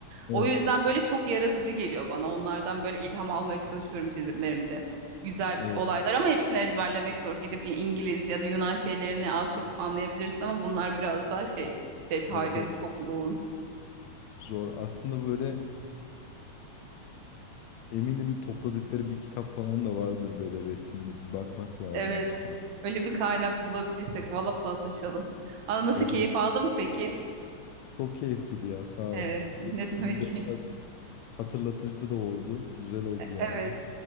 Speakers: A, on the left; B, on the right.
A: Evet,
B: O yüzden böyle çok yaratıcı geliyor bana. Onlardan böyle ilham almaya çalışıyorum çizimlerimde güzel
A: evet,
B: olaylar ama hepsini ezberlemek zor. Gidip İngiliz ya da Yunan şeylerini az çok anlayabilirsin ama bunlar biraz daha şey detaylı,
A: evet, evet.
B: çok yoğun.
A: Zor. Aslında böyle e, eminim topladıkları bir kitap falan da vardır böyle resimli. Bir bakmak lazım
B: Evet.
A: hepsine.
B: Öyle bir kaynak bulabilirsek valla paslaşalım. Aa, nasıl
A: Olur.
B: keyif aldım peki?
A: Çok keyifliydi ya sağ ol.
B: Evet.
A: Bir-
B: Ne demek
A: Biraz
B: <laughs>
A: hatırlatıcı da oldu. Güzel oldu yani.
B: Evet.